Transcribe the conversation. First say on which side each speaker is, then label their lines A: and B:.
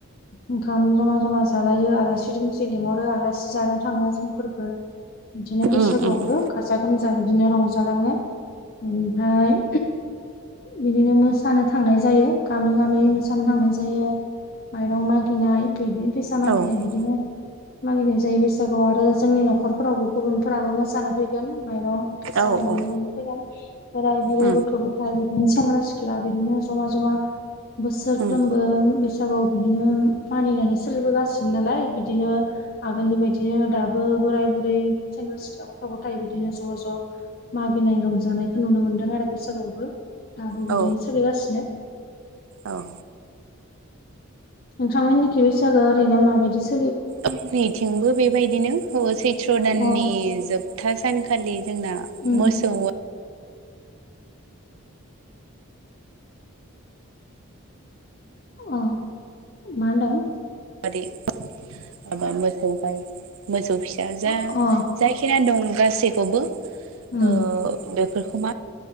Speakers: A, on the left; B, on the right.
A: ओंखाम जमा जमा जालायो आलासि दुमसि लिंहरो आलासि जानो थाङो जोंफोरबो बिदिनो बैसागुआवबो
B: उम उम
A: गाजा गोमजा बिदिनो रंजालाङो ओमफ्राय
B: <inaudible>
A: बिदिनो मोसानो थांनाय जायो गामि गामि मोसानो थांनाय जायो। माइरं मागिनाय बिदिनो फैसा मागिनाय
B: औ
A: बिदिनो मागिनाय जायो बैसागुआव आरो जोंनि न'खर फोरावबो गुबुनफोराबो मोसानो फैगोन माइरं फैसा
B: औ
A: बिनो
B: औ
A: लांनो फैगोन बोराय बुरै
B: उम
A: गथ'। गथ' गथाय बिदिनो सेंग्रा सिख्ला बिदिनो जमा जमा बोसोरफ्रोमबो
B: उम
A: बि बैसागुआव बिदिनो मानिनानै सोलिबोगासिनो नालाय बिदिनो आगोलनि बायदिनो दाबो बोराय बुरै सेंग्रा सिख्ला गथ' गथाय बिदिनो ज' ज'। मागिनाय रंजानायखौ नुनो मोन्दों आरो। बैसागुआवबो दाबो
B: औ
A: बिदिनो सोलिगासिनो।
B: औ
A: नोंथांमोननिखि बैसागोआ ओरैनो माबायदि सो
B: जोंनिथिंबो बेबायदिनो सैथ्र' दाननि
A: अ
B: जोबथा सानखालि जोंना।
A: उम
B: मोसौ।
A: अ मा होनदों।
B: मादि माबा मोसौ गाय। मोसौ फिसा जों
A: अ अ
B: जायखिना दं गासैखौबो
A: उम
B: ओ बेफोरखौ मा